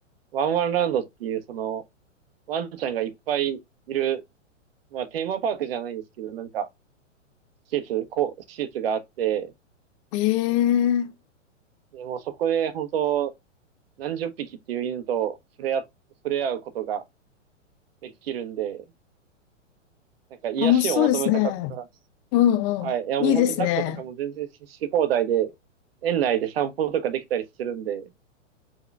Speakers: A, on the right (about 50°); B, on the left (about 25°).
A: ワンワンランドっていう、その、ワンちゃんがいっぱいいる、まあ、テーマパークじゃないですけど、なんか、施設、こう、施設があって、
B: ええ
A: でもうそこで、本当何十匹っていう犬と触れ合、触れ合うことができるんで、なんか、癒しを求めたかったら、
B: 楽しそうですね。うんうん。
A: はい。いや、もう本当抱っことかも全然しし放題で、
B: いいですね。
A: 園内で散歩とかできたりするんで、